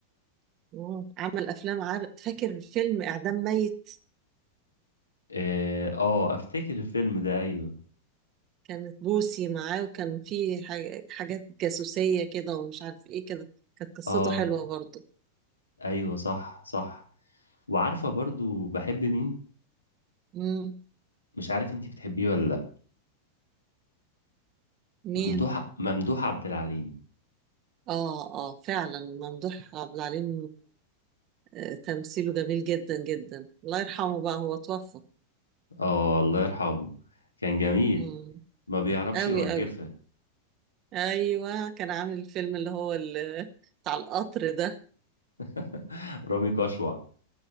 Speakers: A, on the right; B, on the left.
A: مم. عمل أفلام عار... فاكر فيلم إعدام ميت
B: اه آه، افتكر الفيلم ده ايوه
A: كانت بوسي معاه وكان فيه حاج... حاجات جاسوسية كده ومش عارف إيه كده كانت قصته
B: اه
A: حلوة برضه
B: ايوه صح صح وعارفة برضو بحب مين
A: مم.
B: مش عارف انتي بتحبيه ولا لا
A: مين؟
B: ممدوح ممدوح عبد العليم
A: آه آه فعلا ممدوح عبد العليم آه، تمثيله جميل جدا جدا الله يرحمه بقى هو توفى
B: اه الله يرحمه كان جميل
A: مم.
B: ما بيعرفش
A: أوي
B: يوقفها
A: أوي أيوة كان عامل الفيلم اللي هو ال- بتاع القطر ده
B: <laughs> رامي كشوع